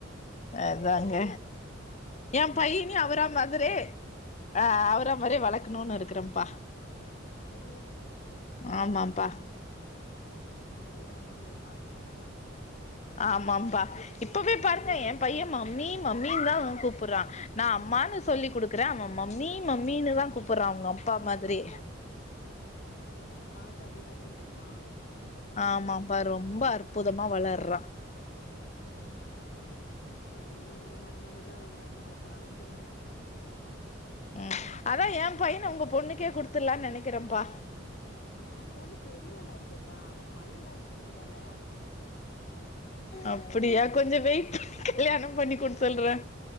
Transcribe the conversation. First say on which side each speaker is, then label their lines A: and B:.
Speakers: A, on the left; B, on the left.
A: அதாங்க ஏ
B: வேலைக்கு
A: பையன்யு
B: ஆள்
A: அவர
B: போட்டுறாரு
A: மாதுரே அ அவுர மாரே வளக்கணுன் இருக்குறம்ப்பா
B: அடேடே
A: ஆமாம்ப்பா
B: அவுர மாரியே அம்மா மேல பாசமா இருப்பா பைய
A: ஆமாம்ப்பா இப்பவே பாருங்க ஏ பைய மம்மி மம்மின்னு தா கூப்புற்றா நா அம்மான்னு சொல்லி் குடுக்குறே அவ மம்மி மம்மின்னு தா கூப்புற்றா அவுங்க அப்பா மாதுரி
B: ஒ ஓ அது பாத்து அப்புடே கத்துக்குட்ருப்பா
A: ஆமாம் ப்பா ரொம்ப அற்புதமா வளர்றா
B: பரவால்ல அப்ப இனிமே உங்க மருமகதா ரொம்ப கஷ்ட்டப்பட போறாங்கன் சொல்லுங்க
A: ம் அதா ஏ பையன உங்க பொண்ணுக்கே குட்த்துட்லான் நெனக்கிறம்ப்பா
B: ஏ பொண்ணு பெரியவளாச்சேப்பா அவ பன்னண்டாவ்து படிக்கிறால
A: அப்புடியா கொஞ்ச வெயிட் பண்ணு கல்யாண பண்ணிகோன் சொல்ற